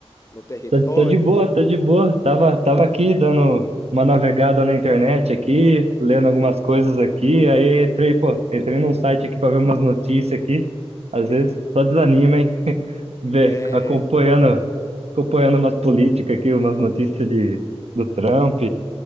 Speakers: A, on the left (about 30°); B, on the right (about 70°).
A: no território?
B: tô, tô de boa, tô de boa. Tava, tava aqui dando uma navegada na internet aqui, lendo algumas coisas aqui, aí entrei, pô, entrei num site aqui pra ver umas notícias aqui. Às vezes só desanima, hein? <laughs> Ver,
A: É,
B: acompanhando, acompanhando umas políticas aqui, umas notícias de, do Trump,